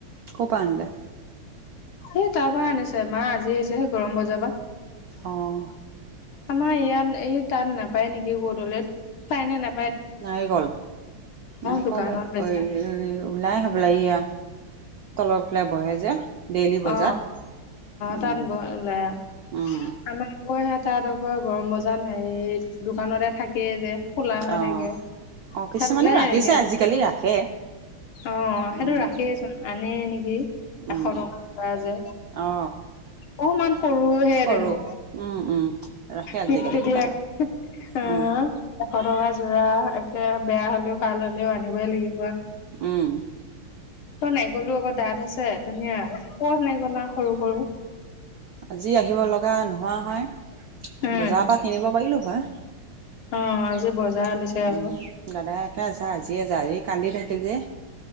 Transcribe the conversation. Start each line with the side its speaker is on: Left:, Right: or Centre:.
Right: কপা আনিলে
Left: এ তাৰ পৰা আনিছে মা আজি আহিছেহে গৰম বজাবা
Right: অঁ
Left: আমাৰ ইয়াত এই তাত নাপায় নেকি বৰদলৈত পায় নে নে
Right: নাৰিকল নাৰিকল
Left: দোকানত বেচা
Right: অএই ওলাই হ'বলা এইয়া তলৰ ফালে বহে যে ডেইলি বজাত
Left: অ
Right: উম
Left: তাত ওলাই অ
Right: উম
Left: আমাৰ আকৌ সে তাত আকৌ গৰম বজাৰ হেৰি দোকানতে থাকেই যে খোলা হৈ
Right: অ
Left: থাকে
Right: অ কিছুমানে
Left: তাত ওলাই
Right: ৰাখিছে
Left: একে
Right: আজিকালি ৰাখে
Left: অ সেইটো
Right: উম
Left: ৰাখিয়েছোন আনে নেকি এশ
Right: উম
Left: টকা যে
Right: অ
Left: অকমান সৰুহে
Right: সৰু
Left: তেনে
Right: উম উম ৰাখে আজিকালি
Left: পিট পিটি
Right: দোকানত
Left: বাইক হ অ
Right: উম
Left: এশ টকা যোৰা একে বেয়া হলেও ভাল হলেও আনিবই লাগিব।
Right: উম
Left: তই নাইকলটো অ'ক ডাঠ হৈছে ধুনীয়া কত নাইকলা সৰু সৰু
Right: আজি আহিব লগা নোহোৱা হয়
Left: উম
Right: বজাৰৰ পৰা কিনিব পাৰিলোঁ হয়।
Left: অ আজি বজাৰ দিছে
Right: উম
Left: আকৌ।
Right: দাদা একে যা আজিয়ে কান্দি থাকিল যে